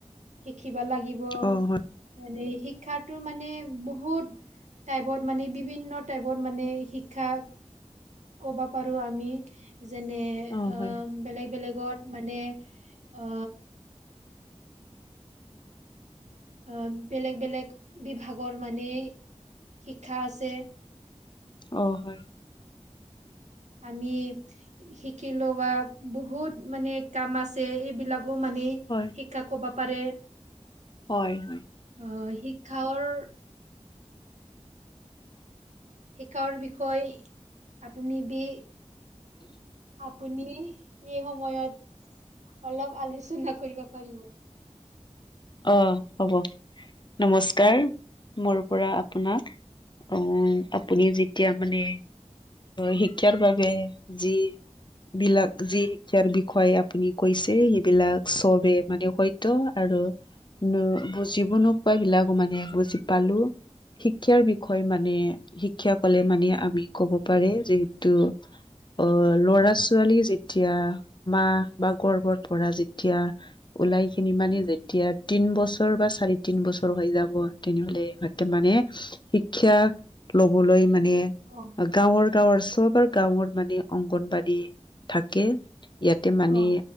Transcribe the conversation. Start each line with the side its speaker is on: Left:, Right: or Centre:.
Right: শিকিবা লাগিব।
Left: অ হয়
Right: মানে শিক্ষাটো মানে বহুত টাইপত মানে বিভিন্ন টাইপত মানে শিক্ষা ক'বা পাৰোঁ আমি যেনে
Left: অ হয়
Right: বেলেগ-বেলেগৰ মানে অ অ, বেলেগ-বেলেগ বিভাগৰ মানে শিক্ষা আছে।
Left: অ', হয়।
Right: আমি শিকিলো বা বহুত মানে কাম আছে এইবিলাকো মানে
Left: হয়।
Right: শিক্ষা কব পাৰে।
Left: হয়-হয়।
Right: অ', শিক্ষাঅৰ শিক্ষায়ৰ বিষয় আপুনি বি আপুনি এই সময়ত অলপ আলোচনা কৰিব পাৰিব?
Left: অ', হ'ব নমস্কাৰ মোৰ পৰা আপোনাক। অ, আপুনি যেতিয়া মানে শিক্ষাৰ বাবে যি বিলাক যি শিক্ষাৰ বিষয়ে আপুনি কৈছে সেইবিলাক চবে মানে হত্যা আৰু ন বুজিব নোপোৱা বিলাকো মানে বুজি পালোঁ। শিক্ষাৰ বিষয়ে মানে শিক্ষা কলে মানে আমি কব পাৰে যিহেতু অ, ল'ৰা ছোৱালী যেতিয়া মা বা গৰ্ভৰ পৰা যেতিয়া ওলাই খিনি মানে যে এতিয়া তিন বছৰ বা চাৰি তিন বছৰ হৈ যাব তেনেহলে <unintelligible> মানে শিক্ষা লবলৈ মানে
Right: অ
Left: গাঁৱৰ-গাঁৱৰ চবৰ আৰু গাঁৱৰ মানে অংগনবাদী থাকে। ইয়াতে মানে
Right: অ